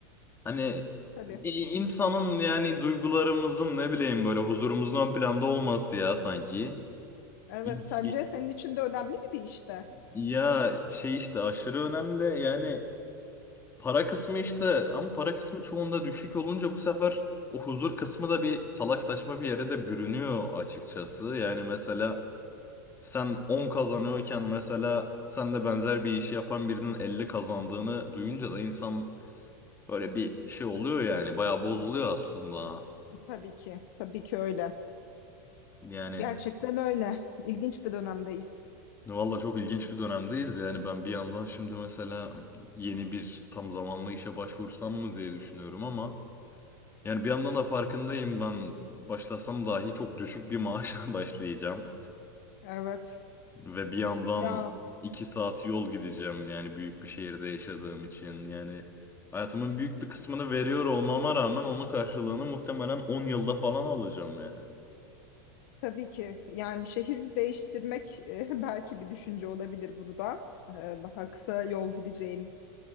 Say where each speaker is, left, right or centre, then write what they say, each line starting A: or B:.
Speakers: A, on the left; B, on the left.
A: hani
B: Tabii.
A: i- insanın yani duygularımızın ne bileyim böyle huzurumuzun ön planda olması ya sanki.
B: Evet,
A: İ-
B: sence
A: i-
B: senin için de önemli mi bir işte?
A: Ya şey işte aşırı önemli yani para kısmı işte ama para kısmı çoğunda düşük olunca bu sefer o huzur kısmı da bir salak saçma bir yere de bürünüyor açıkçası. Yani mesela sen 10 kazanıyorken mesela senle benzer bir işi yapan birinin 50 kazandığını duyunca da insan Böyle bir şey oluyor yani. Bayağı bozuluyor aslında.
B: Tabii ki. Tabii ki öyle.
A: Yani
B: Gerçekten öyle. İlginç bir dönemdeyiz.
A: valla çok ilginç bir dönemdeyiz. Yani ben bir yandan şimdi mesela yeni bir tam zamanlı işe başvursam mı diye düşünüyorum ama yani bir yandan da farkındayım ben başlasam dahi çok düşük bir maaşla <laughs> başlayacağım.
B: Evet.
A: Ve bir yandan
B: Ya
A: iki saat yol gideceğim yani büyük bir şehirde yaşadığım için. Yani hayatımın büyük bir kısmını veriyor olmama rağmen onun karşılığını muhtemelen 10 yılda falan alacağım yani.
B: tabii ki. Yani şehir değiştirmek e, <laughs> belki bir düşünce olabilir burada. E, daha kısa yol gideceğin.